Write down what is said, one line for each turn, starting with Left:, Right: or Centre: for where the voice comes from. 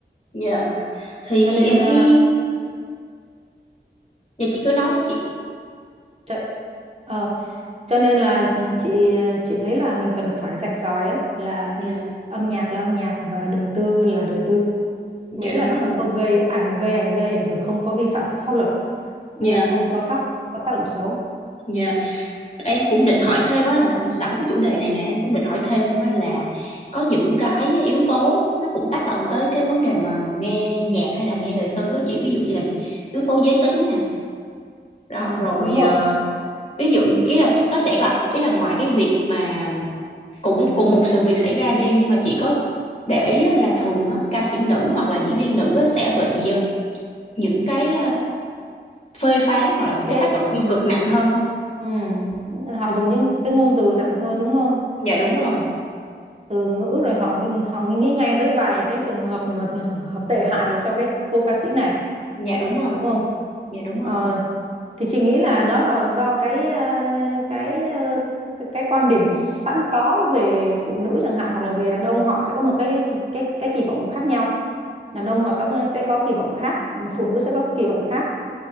Left: dạ thì
Right: cho nên
Left: em
Right: ờ,
Left: thấy dạ chị cứ nói đi chị
Right: cho, ờ, cho nên là ừ, chị ờ, chị thấy là mình cần phải rạch ròi á là
Left: dạ
Right: âm nhạc là âm nhạc và đời tư là đời tư
Left: dạ
Right: miễn
Left: đúng
Right: là nó
Left: rồi
Right: không có gây ảnh gây ảnh gây ảnh hưởng không có vi phạm pháp luật đúng
Left: dạ
Right: không không có tác có tác động xấu
Left: dạ em cũng định hỏi thêm á là phải sẵn cái chủ đề này nè em cũng định hỏi thêm á là có những cái yếu tố nó cũng tác động tới cái vấn đề mà nghe nhạc hay là nghe đời tư á chị ví dụ như là yếu tố giới tính nè đó
Right: ừ,
Left: rồi
Right: đúng rồi
Left: ờ, ví dụ ý là nó sẽ là ý là ngoài cái việc mà cũng cùng một sự việc xảy ra đi nhưng mà chị có để ý á, là thường á, ca sĩ nữ hoặc là diễn viên nữ á, sẽ bị ờ, những cái ờ, phê phán hoặc là những
Right: Thế-
Left: cái tác động tiêu
Right: ừ,
Left: cực nặng hơn không?
Right: ừ. họ dùng những cái ngôn từ nặng hơn đúng không
Left: Dạ đúng rồi,
Right: từ ngữ rồi họ nghĩ- họ nghĩ ngay tới vài cái trường hợp mà hợp tệ hại cho cái cô ca sĩ này
Left: dạ đúng rồi,
Right: đúng không
Left: dạ đúng rồi.
Right: ờ, thì chị nghĩ là đó là do cái ờ, cái ờ, cái, cái quan điểm sẵn có về phụ nữ chẳng hạn hoặc là về đàn ông họ sẽ có một cái cái cái, cái kỳ vọng khác nhau đàn ông họ sẽ sẽ có kỳ vọng khác phụ nữ sẽ có kỳ vọng khác